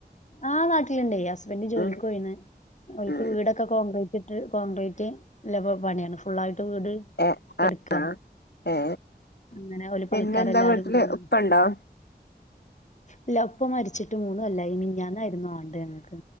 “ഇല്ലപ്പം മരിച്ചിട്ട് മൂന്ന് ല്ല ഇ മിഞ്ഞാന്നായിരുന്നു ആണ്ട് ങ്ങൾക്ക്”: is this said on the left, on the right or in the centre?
Left